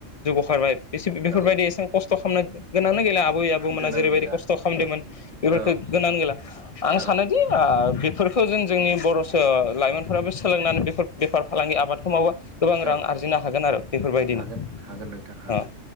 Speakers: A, on the left; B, on the right.
A: ओंखारबाय बेसिब बेफोरबायदि
B: औ
A: एसे खस्थ' खामनो गोनांनो गैला आबै आबौमोना
B: गोनां
A: जेरैबायदि
B: गैला
A: खस्थ' खामदोमोन बेफोरफोरखौ
B: औ
A: गोनांनो गैला आं
B: औ
A: सानोदि ओ बेफोरखो जों जोंनि बर'सो लाइमोनफोराबो सोलोंनानै बेफोर बेफार फालांगि आबादखौ मावबा गोबां रां
B: औ
A: आरजिनो हागोन आरो। बेफोरबायदिनो
B: हागोन हागोन नोंथां हागोन
A: अ